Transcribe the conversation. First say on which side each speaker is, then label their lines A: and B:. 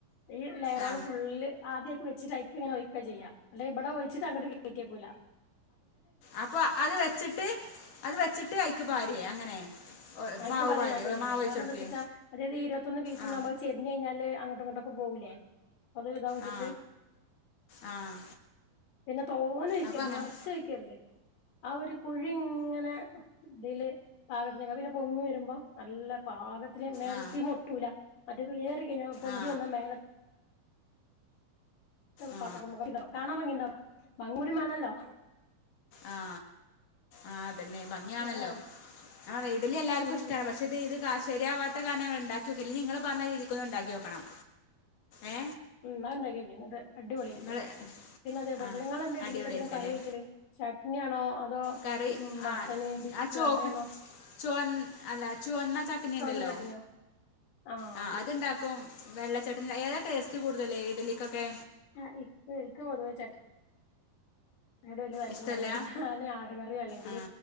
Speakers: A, on the left; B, on the left.
A: ഈ ലെയറ
B: ആ
A: ഫുള് ആദ്യം ഒക്കെ വെച്ചിട്ട് ടൈപ്പ് ഇങ്ങനെ വെക്കുക ചെയ്യ അല്ല ഇവിടെ വിളിച്ചിട്ട് അങ്ങട്ട് കേക്കൂല
B: അപ്പൊ അത് വെച്ചിട്ട് അത് വെച്ചിട്ട് കയിക്ക് പടില്ല അങ്ങനെ ഒ-
A: ആയിക്ക്
B: മാവ്
A: പകരം
B: പാരേ
A: ഞാൻ ചെയ്യല്ലേ
B: ഒ- മാവ് ഒഴിച്ച്
A: കാരണം
B: കൊടുക്കേ
A: എന്താ വെച്ചട്ടാ അതായത് ഇരുപത്തൊന്ന് പീസ്
B: ആ
A: നമ്മൾ ചെരിഞ്ഞ് കഴിഞ്ഞാല് അങ്ങ അങ്ങേട്ട് ഒക്കെ പോകൂലേ അത് ഇതാ വച്ചിട്ട്
B: ആ ആ
A: പിന്നെ തോന ഒഴിക്കരുത്
B: അപ്പോൾ അങ്ങനെ
A: നറച്ച് ഒഴിക്കരുത് ആ ഒരു കുഴി ഇങ്ങനെ ഇതില് പാകത്തിനേക്കെ പിന്നെ പൊങ്ങി വരുമ്പോ നല്ല പാകത്തിന് മേലത്തി
B: ആ
A: മൊട്ടൂല മറ്റൊനീ പിന്നെ പൊന്തി
B: ആ
A: വന്ന മേല ഇത്ര
B: ആ
A: പാത്ര നമുക്ക് കാണാൻ ഭംഗിണ്ടാവ ഭംഗിയും കൂടി വേണല്ലോ
B: ആ ആ തന്നെ ഭംഗിയാണല്ലോ
A: അതാണ്
B: ആണ് ഇഡലി എല്ലാവർക്കും
A: ഉം
B: ഇഷ്ട്ട പക്ഷെ ഇത് ആ ശരിയാവാത്ത കാരണം ഞങ്ങള് ഉണ്ടാക്കി നോകില്ല ഇനി നിങ്ങൾ പറഞ്ഞ രീതിക്ക് ഒന്ന് ഉണ്ടാക്കി നേക്കണം ഏ
A: ഉം ഇന്നാ ഉണ്ടാക്കി നേക്കിയത് അടിപൊളിയായ്രിക്കും.
B: നിങ്ങൾ
A: പിന്നെ അതേപോലെ
B: ആ
A: തന്നെ ഇങ്ങളെന്താ ഇഡലീക്ക്
B: അടിപൊളിയായിരിക്കും
A: അധികം കറി
B: അല്ലേ
A: ഒഴിക്കല് ചട്നിയാണോ അതോ
B: കറി
A: ഉം മട്ടന്
B: ആ
A: ബീഫ്
B: ആ ചോപ്പ്
A: അങ്ങനെയാണോ
B: ചുവ അല്ല ചുവന്ന ചട്നി
A: ചുവന്ന
B: ഉണ്ടല്ലോ
A: ചട്നിയോ ആഹ്
B: ആ
A: അത്
B: അത്ണ്ടാക്കും ചട്നി ഏതാ ടേസ്റ്റ് കൂടുതല് ഇഡലിക്കൊക്കെ
A: ആ ഇക്ക് ഇൻക്ക് പൊതുവെ ചട് നിനോട് വലിയ
B: ഇഷ്ടമല്ല
A: താല്പര്യം ഇല്ല പർഞ്ഞത്. അല്ലേ ആട്കറിയോ അല്ലെങ്കില്
B: ആ